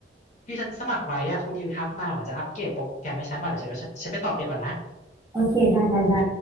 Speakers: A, on the left; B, on the right.
A: ที่ฉันสมัครไว้อะครูดิวทักมาเหมือนจะอัปเกรดโปรแกรมให้ฉันว่าเดี๋ยวฉันเดี๋ยวฉันฉันไปตอบแกก่อนนะ
B: โอเคได้ได้ได้